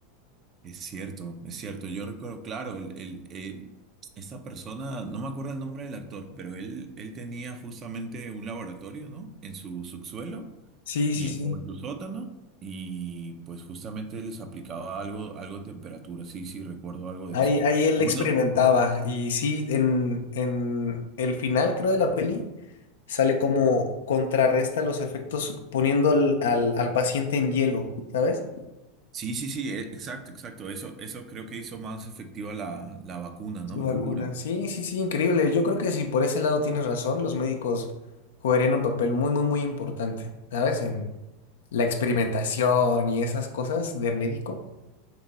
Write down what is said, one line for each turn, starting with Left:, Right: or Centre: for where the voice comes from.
Right: Es cierto, es cierto. Yo recuerdo, claro, el, el, el- esta persona, no me acuerdo el nombre del actor, pero él, él tenía justamente un laboratorio, ¿no? En su subsuelo
Left: Sí,
Right: y,
Left: sí, sí.
Right: o en su sótano, y pues justamente les aplicaba algo, algo de temperatura. Sí, sí, recuerdo algo de
Left: Ahí,
Right: eso.
Left: ahí él
Right: Bueno,
Left: experimentaba y sí, en, en el final creo de la peli sale como contrarresta los efectos poniendo al, al, al paciente en hielo, ¿sabes?
Right: sí, sí, sí, e- exacto, exacto. Eso, eso creo que hizo más efectiva la, la vacuna,
Left: Su
Right: ¿no?
Left: vacuna.
Right: La cura.
Left: Sí, sí, sí, increíble. Yo creo que si por ese lado tienes razón, los médicos jugarían un papel muy, muy, muy importante, ¿sabes? En la experimentación y esas cosas de médico.